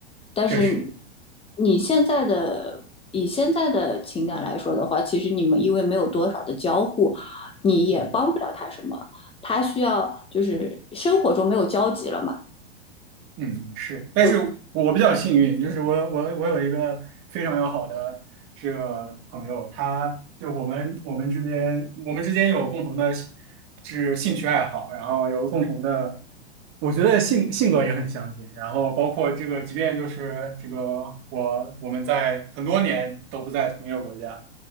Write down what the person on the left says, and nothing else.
但是
你现在的以现在的情感来说的话，其实你们因为没有多少的交互，你也帮不了他什么。
他需要就是生活中没有交集了嘛。
我